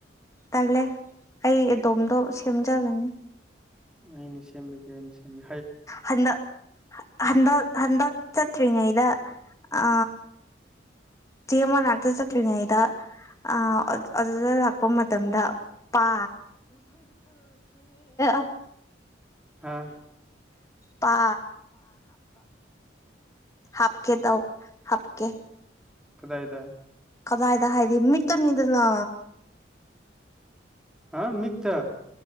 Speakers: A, on the left; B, in the centre.
A: ꯇꯜꯂꯦ ꯑꯩ ꯑꯗꯣꯝꯗꯣ ꯁꯦꯝꯖꯒꯅꯤ
B: ꯑꯩꯅꯤ ꯁꯦꯝꯃꯦꯒꯦꯅꯤ ꯁꯦꯝꯃꯦ
A: ꯍꯟꯗ ꯍꯟꯗ ꯍꯟꯗ ꯆꯠꯇ꯭ꯔꯤꯉꯩꯗ ꯑ ꯆꯦ ꯑꯃꯅꯥꯛꯇ ꯆꯠꯇ꯭ꯔꯤꯉꯩꯗ ꯑ ꯑꯗꯨꯗ ꯂꯥꯛꯄ ꯃꯇꯝꯗ ꯄꯥ <unintelligible>
B: ꯍꯥꯥ
A: ꯄꯥ ꯍꯥꯞꯀꯦꯗꯎ ꯍꯥꯞꯀꯦ
B: ꯀꯗꯥꯥꯏꯗ
A: ꯀꯗꯥꯏꯗ ꯍꯥꯏꯗꯤ ꯃꯤꯠꯇꯅꯤꯗꯅ
B: ꯍꯥ ꯃꯤꯊ